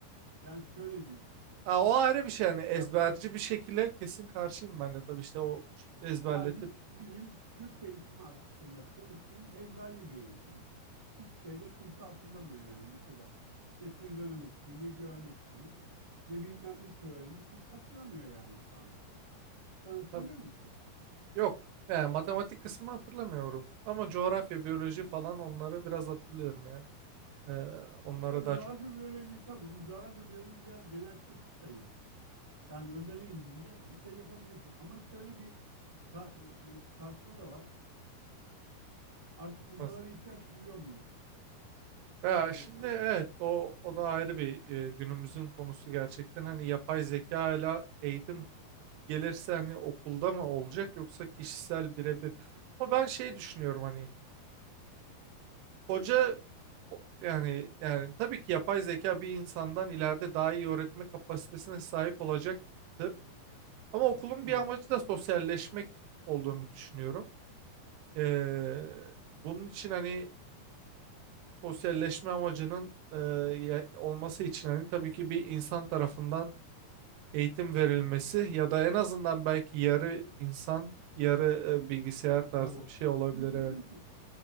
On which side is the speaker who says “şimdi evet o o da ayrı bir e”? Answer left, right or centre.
Right